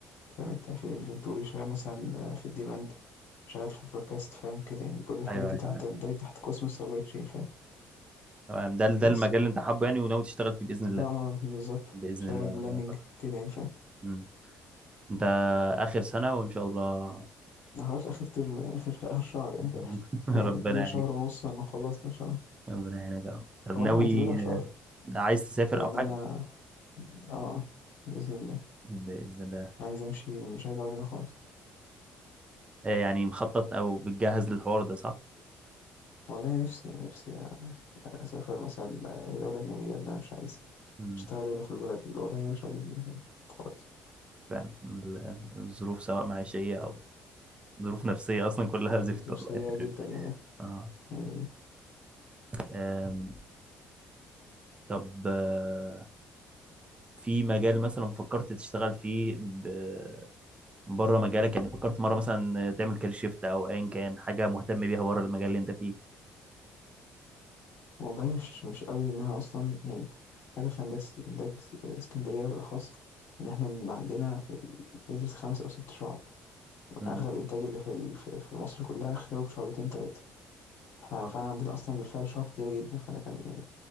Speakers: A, on the left; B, on the right.
A: فاهم انت في الانفنتوري شغال مثلا آه، في الديماند شغال في الفوركاست فاهم كده يعني كل الحاجات
B: ايوه
A: دي
B: ايوه
A: تحت
B: تمام
A: تندرج تحت قسم السبلاي تشين فاهم
B: تمام ده ده
A: بس
B: المجال اللي انت حابه يعني وناوي تشتغل فيه باذن الله
A: اه آه، بالظبط
B: باذن
A: شغال
B: الله
A: بلاننج
B: ربنا يوفقك
A: كده يعني فاهم
B: مم. انت اخر سنه وان شاء الله
A: أنا خلاص اخر ترم اخر اخر شهر
B: <laughs>
A: يعني فاهم
B: ربنا
A: <laughs> يعني دي شهر
B: يعينك
A: ونص لما خلصنا ان شاء الله
B: ربنا يعينك يا رب طب
A: هو
B: ناوي
A: انا معتبرها شهر
B: آه، عايز تسافر
A: لان
B: او حاجه
A: انا اه آه، باذن الله
B: باذن الله
A: انا عايز امشي مش عايز اقعد هنا خالص
B: آه، يعني مخطط او بتجهز للحوار ده صح
A: والله أنا نفسي نفسي اسافر مثلا اي دوله اجنبيه لان انا مش عايز
B: مم.
A: اشتغل هنا في البلد الوضع هنا مش عاجبني خالص
B: فعلا ال- الظروف سواء معيشيه او ظروف نفسيه اصلا كلها <laughs> زفت
A: ظروف
B: والله
A: سيئة جدا يعني
B: اه
A: يعني
B: آم، طب آه، في مجال مثلا فكرت تشتغل فيه ب- بره مجالك يعني فكرت مرة مثلا تعمل كارير شيفت او ايا كان حاجة مهتم بيها بره المجال اللي انت فيه
A: والله مش مش قوي لأنها أصلا يعني حاجة في هندسة إنتاج اس- اسكندرية بالأخص إن إحنا من عندنا في ال... ندرس خمس أو ست شعب
B: مم.
A: أغلب إنتاج اللي في ال... في في مصر كلها خيره بشعبتين تلاتة فإحنا
B: آه.
A: فأنا عندنا أصلا بالفعل شعب كتير جدا فأنا كان يعني